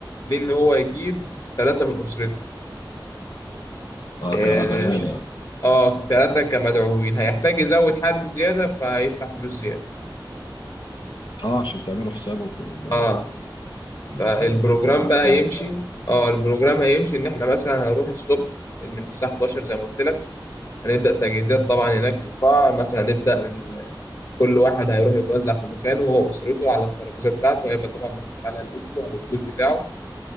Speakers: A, on the left (about 50°); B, on the left (about 70°).
A: ليه ان هو يجيب ثلاثه من اسرته
B: آه،
A: اه
B: كمدعوين يعني
A: آه، ثلاثه كمدعوين هيحتاج يزود حد زياده فهيدفع فلوس زياده
B: اه عشان تعملوا حسابه في ال
A: اه فالبروجرام
B: في المكان
A: بقى هيمشي اه البروجرام هيمشي ان احنا مثلا هنروح الصبح من الساعه 11 زي ما قلت لك هنبدا تجهيزات طبعا هناك في القاعه مثلا هنبدا ال- كل واحد هيروح يتوزع في مكانه وهو اسرته على الترابيزه بتاعته هيبقى طبعا مكتوب على الاسم او الكود بتاعه